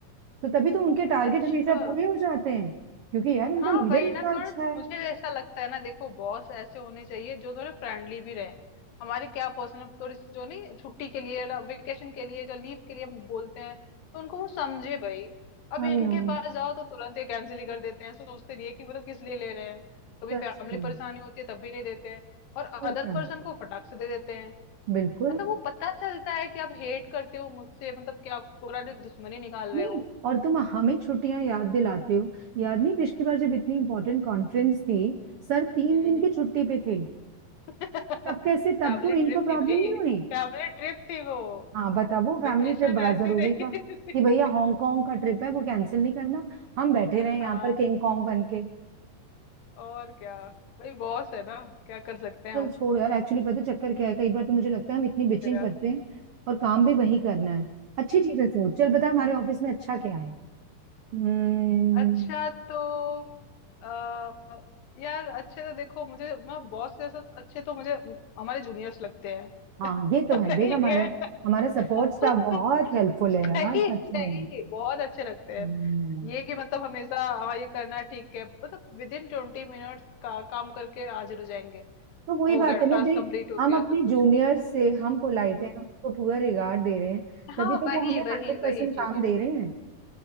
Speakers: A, on the right; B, on the left.
A: तो तभी तो उनके टारगेट
B: अच्छा
A: हमेशा पूरे हो जाते हैं क्योंकि यार उनका
B: हाँ
A: लीडर
B: वही
A: इतना
B: ना थोड़ा
A: अच्छा है
B: मुझे ऐसा लगता है ना देखो बॉस ऐसे होने चाहिए जो थोड़े फ्रेंडली भी रहे हमारे क्या पर्सनल थोड़ी सी जो नहीं छुट्टी के लिए वेकेशन के लिए जो लीव के लिए हम बोलते हैं तो उनको वो समझे भाई अब इनके
A: I know
B: पास जाओ तो तुरंत ही कैंसिल ही कर देते हैं सोचते नहीं है कि मतलब किस लिए ले रहे हैं कभी
A: सच
B: फैमिली
A: में
B: परेशानी होती है तब भी नहीं देते हैं और
A: और
B: अदर
A: क्या
B: पर्सन को फटाक से दे देते हैं
A: बिल्कुल
B: मतलब वो पता चलता है कि आप हेट करते हो मुझसे मतलब क्या पूरा दुश्मनी निकाल रहे
A: नहीं
B: हो
A: और तुम हमें छुट्टियां याद दिलाते हो याद नहीं पिछली बार जब इतनी इंपॉर्टेंट कॉन्फ्रेंस थी सर तीन
B: हम्म
A: दिन
B: हम्म।
A: की छुट्टी पे थे
B: फैमिली
A: तब कैसे तब तो इनको
B: ट्रिप
A: प्रॉब्लम
B: थी भाई
A: नहीं हुई
B: फैमिली ट्रिप थी वो
A: हाँ बता वो फैमिली
B: वेकेशन
A: ट्रिप बड़ा
B: ऐसी
A: जरूरी
B: नहीं
A: था
B: थी
A: कि भैया हांगकांग का ट्रिप है वो कैंसिल नहीं करना हम बैठे रहे
B: हाँ
A: यहाँ पर किंग कॉन्ग बन के
B: और क्या भाई बॉस है ना क्या कर सकते हैं
A: चल
B: हम
A: छोड़ यार एक्चुअली पता है चक्कर क्या है कई बार तो मुझे लगता है हम इतनी बिचिंग
B: क्या
A: करते हैं और काम भी वही करना है अच्छी चीजें सोच चल पता है हमारे ऑफिस में अच्छा क्या है हम्म
B: अच्छा तो आ, यार अच्छे तो देखो मुझे ना बॉस जैसा अच्छे तो मुझे हमारे जूनियर्स लगते हैं
A: हाँ ये तो
B: <laughs>
A: है
B: नहीं
A: देख हमारे
B: है <laughs>
A: हमारा सपोर्ट स्टाफ बहुत हेल्पफुल
B: सही
A: है यार सच
B: सही
A: में
B: बहुत अच्छे लगते
A: हम्म,
B: ये कि मतलब हमेशा हाँ ये करना ठीक है मतलब विद इन ट्वेंटी मिनट्स का काम करके हाजिर हो जाएंगे
A: तो वही
B: हो
A: बात
B: गया
A: है ना
B: टास्क
A: देख
B: कंप्लीट हो
A: हम
B: गया
A: अपने
B: सब कुछ
A: जूनियर से हम पोलाइट
B: हम्म
A: हैं हम उनको पूरा रिगार्ड दे रहे हैं
B: हाँ
A: तभी तो
B: वही
A: वो हमें
B: वही
A: हंड्रेड परसेंट
B: वही
A: काम
B: चीज
A: दे रहे हैं